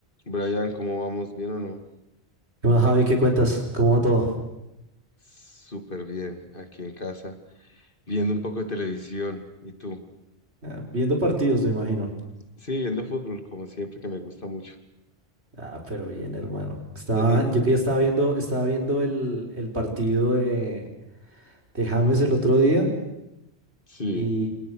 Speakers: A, on the left; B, on the right.
A: Brian, ¿cómo vamos? ¿Bien o no?
B: ¿Qué más, Javi? ¿Qué cuentas? ¿Cómo va todo?
A: Súper bien, aquí en casa, viendo un poco de televisión. ¿Y tú?
B: Ah, viendo partidos, me imagino.
A: Sí, viendo fútbol, como siempre, que me gusta mucho.
B: Ah, pero bien, hermano. Estaba,
A: Y así,
B: yo que ya estaba viendo, estaba viendo el, el partido de, de James el otro día
A: sí,
B: y